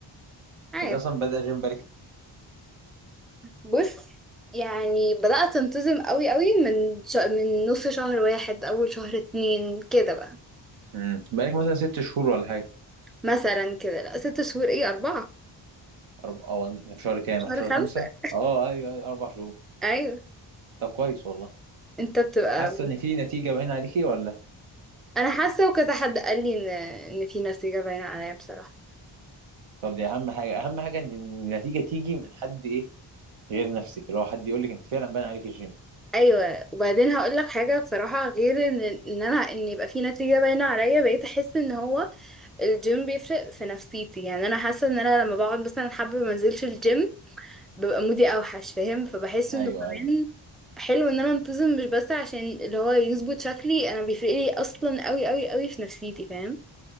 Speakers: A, in the centre; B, on the right.
A: عادي
B: انت اصلا بدأ جيم بالك
A: بص يعني بدات انتظم قوي قوي من ش... من نص شهر واحد اول شهر اتنين كده بقى
B: امم بقالك مثلا ست شهور ولا حاجه
A: مثلا كده لا ست شهور ايه اربعه
B: أرب... اه احنا في شهر كام؟
A: شهر
B: احنا في شهر
A: خمسه
B: خمسة؟ اه ايوه ايوه اربع شهور
A: ايوه
B: طب كويس والله
A: انت بتبقى
B: حاسة ان في نتيجة باينة عليكي ولا؟
A: انا حاسه وكذا حد قال لي ان ان في نتيجه باينه عليا بصراحه
B: طب دي اهم حاجة اهم حاجة ان النتيجة تيجي من حد ايه غير نفسك اللي هو حد يقول لك انت فعلا باين عليك الجيم
A: ايوه وبعدين هقول لك حاجه بصراحه غير ان ان انا ان يبقى في نتيجه باينه عليا بقيت احس ان هو الجيم بيفرق في نفسيتي يعني انا حاسه ان انا لما بقعد مثلا حابه ما انزلش الجيم ببقى مودي اوحش فاهم فبحس
B: ايوه
A: انه كمان
B: ايوه
A: حلو ان انا انتظم مش بس عشان اللي هو يظبط شكلي انا بيفرق لي اصلا قوي قوي قوي في نفسيتي فاهم